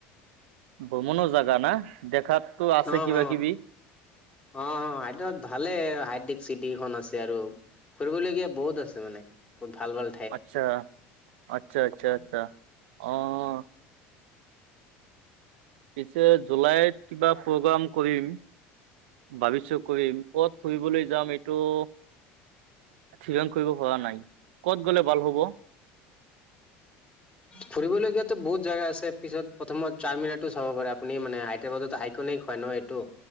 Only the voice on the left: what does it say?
অ
হ অ', সেইটোত ভালে, হাইদ্ৰিক চিটিখন আছে। আৰু ফুৰিবলগীয়া বহুত আছে মানে, বহুত ভাল-ভাল।
ফুৰিবলগীয়াতো বহুত জেগা আছে পিছত প্ৰথমত চাৰ মিনাৰ টো চাব পাৰে আপুনি মানে হাইদৰাবাদত আইকনিক হয় ন এইটো।